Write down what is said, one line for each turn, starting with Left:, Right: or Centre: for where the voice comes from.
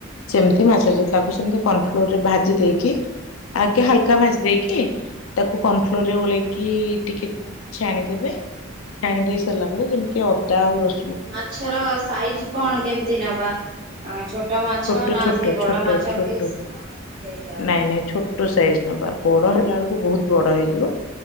Left: ସେମତି
Right: ଆଚ୍ଛା।
Left: ମାଛ ଚିଲି ତାକୁ ସେମିତି କର୍ନଫ୍ଲୋରରେ ଭାଜି ଦେଇକି ଆଗେ ହାଲକା ଭାଜି ଦେଇକି ତାକୁ କର୍ନଫ୍ଲୋରରେ ଗୋଳେଇକି ଟିକେ ଛାଣିଦେବେ ଛାଣି ଦେଇ ସାରଲା ପରେ ଯେମତି ଅଦା ଆଉ ରସ୍
Right: ମାଛର ସାଇଜ କଣ କେମିତି ନବା? ଆ ଛୋଟ ମାଛ
Left: ଛୋଟ
Right: ନା
Left: ଛୋଟ
Right: ସେଇ
Left: ଛୋଟ
Right: ବଡ ମାଛ
Left: ଛୋଟ
Right: ପିସ୍ ହଁ। ସେଇଟା।
Left: ନାଇଁ ନାଇଁ ଛୋଟ ସାଇଜ ନବା ବଡ ହେଲା ବେଳକୁ ବୋହୁତ ବଡ ହେଇଯିବ